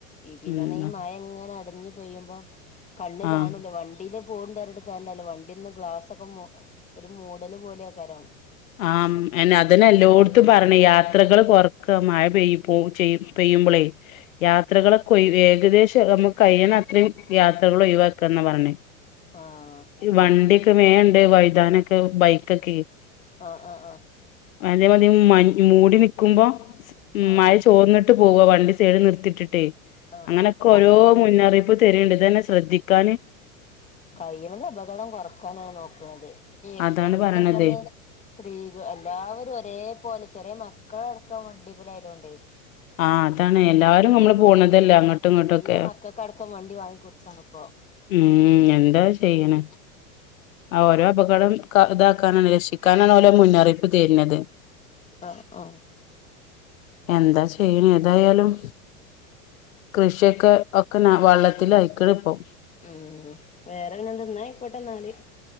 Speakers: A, on the left; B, on the left.
A: ഈ പിന്നണ
B: ഉം
A: ഈ മഴ എങ്ങനെ അടഞ്ഞ പെയ്യുമ്പോ കണ്ണ്
B: ആഹ്
A: കാണല വണ്ടിയിലും പോണ്ട വര കണ്ടല്ലോ വണ്ടിന്നന്ന് ഗ്ലാസ്ക്കെ ഒരു മൂടല് പോലെയ കരം
B: ആ എന്നെ അതന്നെ എല്ലോടത്തും
A: അറിയില്ല
B: പറഞ്ഞ യാത്രകൾ കൊറക്ക മഴ പെയ്യും പോ ചെയ പെയ്യുമ്പോളേ യാത്രകളൊക്കെ ഒ ഏകദേശം നമ്മുക്ക് കഴിയണം അത്രയും യാത്രകൾ ഒഴിവാക്കുന്ന പറഞ്ഞേ.
A: ആഹ്
B: വണ്ടി വേണ്ട് വൈതാനൊക്കെ ബൈക്കൊക്കെ
A: ആ ആ ആ
B: അതേ മതിം മഞ്ഞ് മൂടി നിക്കുമ്പോ ഉ
A: ആഹ്
B: മഴ
A: ആഹ്
B: ചോർന്നിട്ട് പോവ വണ്ടി ചേട് നിർത്തിട്ടിട്ടേ
A: ആഹ്
B: അങ്ങനെയൊക്കെ
A: ആഹ്
B: ഓരോ
A: അങ്ങനെന്നെണ്
B: മുന്നറിയിപ്പ് തരീണ്ട് അ തന്നെ ശ്രദ്ധിക്കാന്
A: കയൽത് അപകടം കുറക്കാനാണ് നോക്കുന്നത് എപ്പന്ന്
B: അതാണ് പറയണത്
A: വെച്ചാല് സ്ത്രീകൾ എല്ലാവരും ഒരേ പോലെ ചെറിയ മക്കളടക്കം വണ്ടിമെല ആയതുകൊണ്ട് പേ
B: ആഹ അതാണ് എല്ലാരും നമ്മള് പോണതല്ലേ അങ്ങോട്ടും ഇങ്ങോട്ടുമൊക്കെ
A: ചെറിയ മക്കൾക്കടക്കം
B: ഉ
A: വണ്ടി വാങ്ങിക്കൊടുക്കാണ് ഇപ്പോ
B: ഉം എന്താ ചെയ്യണ ആ ഓരോ അപകടം ഇത താണ് രക്ഷിക്കാനാണ് ഓലോ മുന്നറിയിപ്പ് തരുന്നത്
A: ആ ആ
B: എന്താ പിന്നെ ഏതായാലും കൃഷിയൊക്കെ ഒക്കെ ന വെള്ളത്തിലായിക്കണ് ഇപ്പം
A: ഉ വേറെങ്ങന എന്ന ആയിക്കോട്ടെ എന്നാല്